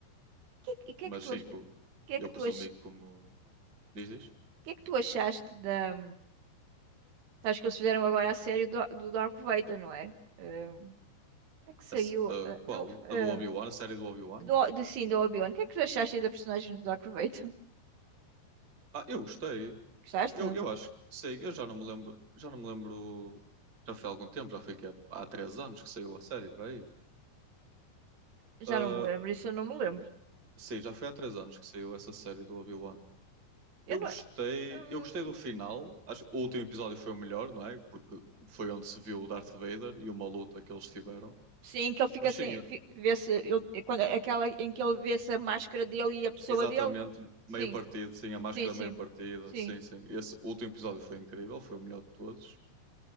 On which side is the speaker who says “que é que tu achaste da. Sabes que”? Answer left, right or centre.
Right